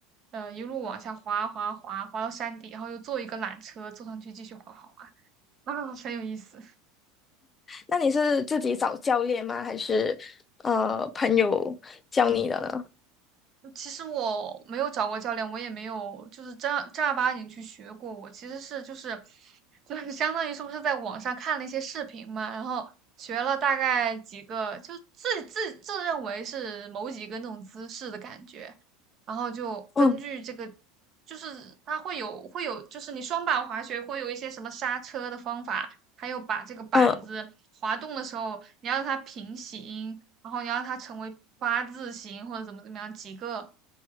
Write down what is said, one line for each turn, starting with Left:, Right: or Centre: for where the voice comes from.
Right: 呃一路往下滑滑滑滑到山底，然后又坐一个缆车坐上去继续滑滑滑啊，很有意思。
Left: 那你是自己找教练吗？还是呃朋友教你的呢？
Right: 其实我没有找过教练，我也没有就是正儿正儿八经去学过。我其实是就是就是相当于是不是在网上看了一些视频嘛，然后学了大概几个，就自自自认为是某几个那种姿势的感觉，然后就根据这个，
Left: 嗯
Right: 就是它会有会有，就是你双板滑雪会有一些什么刹车的方法，还有把这个板子滑动的时候，
Left: 嗯，呃
Right: 你要让它平行，然后你让它成为八字形或者怎么怎么样几个